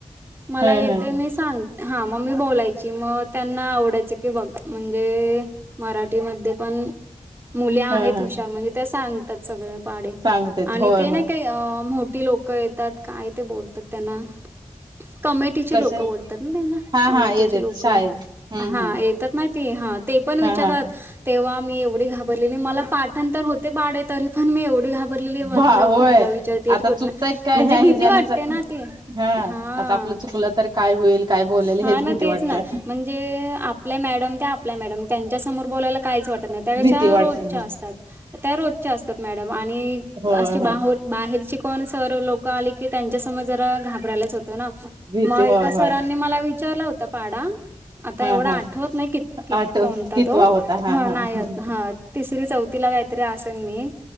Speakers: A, on the right; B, on the right.
A: मला,
B: ह
A: येतंय
B: ह
A: मी सांगते. हा मग मी बोलायची मग त्यांना आवडायच की बघा म्हणजे मराठीमध्ये पण मुली आहेत
B: ह ह
A: हुशार म्हणजे त्या सांगतात सगळ पाढे
B: सांगतेत
A: आणि
B: होय
A: ते नाही
B: होय
A: काही मो ठी लोक येतात काय ते बोलतात त्यांना? कमिटीचे
B: कसे
A: लोक बोलतात ना त्यांना
B: हा
A: कमिटीचे
B: हा येतेत
A: लोक
B: शाळेत हम्म
A: हा
B: हम्म
A: येता तात नाय ते, ते पण विचार
B: हा हा
A: तेव्हा मी एवढ घाबरली मला पा ठांतर होते पाढे तरी पण मी एवढी घाबरलेली म्हटल
B: भा होय
A: कुठला विचारतिल
B: आता चुकतय
A: म्हणजे
B: काय ह्या हिजानेच
A: भीती वाटते ना ते,
B: हा
A: हा.
B: आता आपलं चुकलं तर काय होईल काय बोलेल
A: हा
B: हेच
A: ना
B: भीती
A: तेच
B: वाटते.
A: ना म्हणजे आपल्या मॅडम त्या आपल्या मॅडम त्यांच्या समोर बोलायला काहीच वाटत नाही त्या
B: भीती
A: कशा
B: वाटते
A: रोजच्या
B: हो
A: असतात. त्या रोजच्या असतात मॅडम आणि
B: होय
A: अशी बाहेरची.
B: होय
A: कोण सर लोक आली की त्यांच्या समोर जरा घाबरायच होतं ना,
B: भीती
A: मग एका
B: होय
A: सरांनी
B: होय
A: मला विचारला होता पाढा आता
B: हा
A: एवढं आठवत
B: हा
A: नाही क क
B: आठव
A: कोणता
B: कितवा
A: तो
B: होता हा
A: ह
B: हा
A: नाहीत
B: हा
A: तिसरी चौथीला काहीतरी असेन मी.